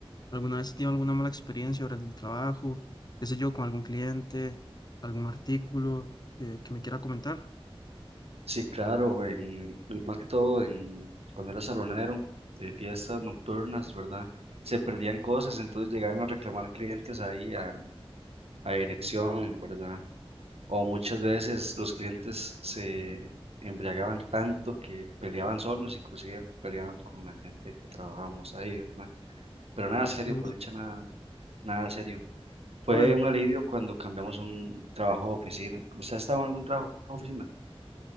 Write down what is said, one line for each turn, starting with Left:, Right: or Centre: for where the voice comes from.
Left: alguna vez tiene alguna mala experiencia durante el trabajo, qué sé yo, con algún cliente, algún artículo eh, que me quiera comentar.
Right: Sí, claro, en, más que todo en, cuando era salonero de fiestas nocturnas, ¿verdad? Se perdían cosas, entonces llegaban a reclamar clientes ahí a, a dirección, ¿verdad? O muchas veces los clientes se embriagaban tanto que peleaban solos, inclusive peleaban con la gente que trabajábamos ahí, ¿verdad? Pero nada serio,
Left: Eh,
Right: por dicha nada, nada serio. Fue
Left: bueno,
Right: un alivio cuando cambiamos a un trabajo de oficina. ¿Usted ha estado en algún trabajo de oficina?